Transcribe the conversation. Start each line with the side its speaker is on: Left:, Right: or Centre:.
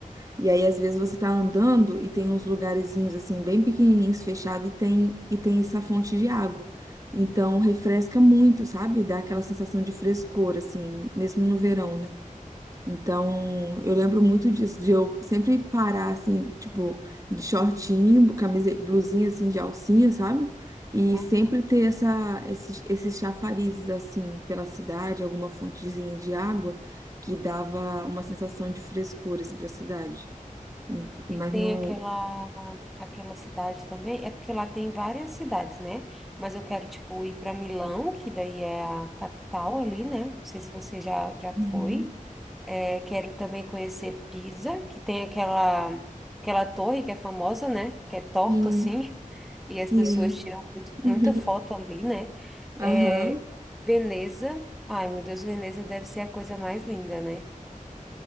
Right: E aí, às vezes, você tá andando e tem uns lugarzinhos assim, bem pequenininhos, fechados, e tem, e tem essa fonte de água. Então, refresca
Centre: Ah,
Right: muito, sabe? Dá aquela sensação de frescor, assim, mesmo no verão, né? Então, eu lembro muito disso, de eu sempre parar, assim, tipo, de shortinho, camisa, blusinha, assim, de alcinha, sabe? E
Centre: aham.
Right: sempre ter essa, esses, esses chafarizes, assim, pela cidade, alguma fontezinha de água que dava uma sensação de frescor, assim, pra cidade. Mas
Centre: E tem
Right: no.
Centre: aquela, aquela cidade também, é porque lá tem várias cidades, né? Mas eu quero, tipo, ir para Milão, que daí é a capital ali, né? Não sei se você já, já
Right: Uhum.
Centre: foi. É, quero também conhecer Pisa, que tem aquela, aquela torre que é famosa, né? Que é torta,
Right: Sim.
Centre: assim, <laughs> e
Right: Sim.
Centre: as pessoas tiram muito-
Right: <laughs>
Centre: muita foto ali, né?
Right: Aham.
Centre: É, Veneza, ai meu Deus, Veneza deve ser a coisa mais linda, né?